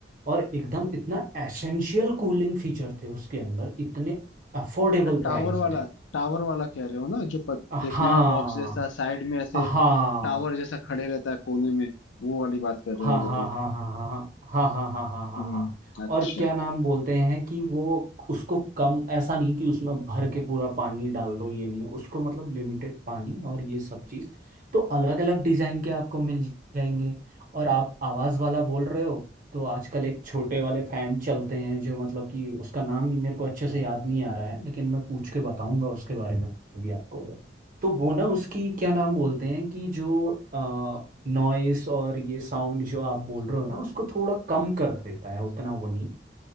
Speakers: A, on the right; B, on the left.
A: और एकदम इतना एसेंशियल कूलिंग फीचर थे उसके अंदर इतने अफोर्डेबल
B: तो टावर
A: प्राइस
B: वाला
A: में
B: टावर वाला कह रहे हो ना जो प-
A: हाँ
B: देखने में बॉक्स जैसा साइड में ऐसे
A: हाँ
B: टावर जैसा खड़े रहता है कोने में वो वाली बात कर
A: हाँ
B: रहे होगे
A: हाँ
B: तुम
A: हाँ हाँ हाँ हाँ हाँ हाँ हाँ हाँ
B: हम्म
A: हाँ हाँ।
B: अच्छा
A: और क्या नाम बोलते हैं कि वो उसको कम ऐसा नहीं कि उसमें भर के पूरा पानी डाल दो ये नहीं उसको मतलब लिमिटेड पानी और ये सब चीज़ तो अलग अलग डिज़ाइन के आपको मिल जाएंगे और आप आवाज़ वाला बोल रहे हो तो आजकल एक छोटे वाले फ़ैन चलते हैं जो मतलब कि उसका नाम ही मेरे को अच्छे से याद नहीं आ रहा है लेकिन मैं पूछ के बताऊंगा उसके बारे में भी आपको तो वो ना उसकी क्या नाम बोलते हैं कि जो आ, नॉइस और ये साउंड जो आप बोल रहे हो ना उसको थोड़ा कम कर देता है उतना वो नहीं